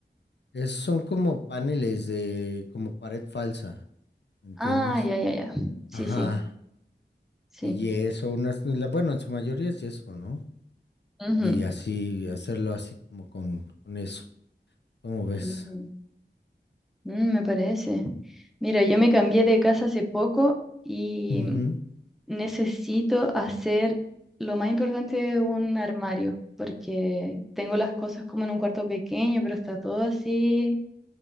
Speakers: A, on the left; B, in the centre.
A: es- son como paneles de, como pared falsa, ¿entiendes?
B: Ah, ya, ya, ya. Sí,
A: Ajá,
B: sí, sí.
A: de yeso, unas, la- bueno, en su mayoría es yeso, ¿no?
B: Ujú,
A: Y así, hacerlo así como con, con eso, ¿cómo ves?
B: ujú. Mm, me parece. Mira, yo me cambié de casa hace poco y
A: Ujú,
B: Necesito hacer lo más importante de un armario, porque tengo las cosas como en un cuarto pequeño, pero está todo así,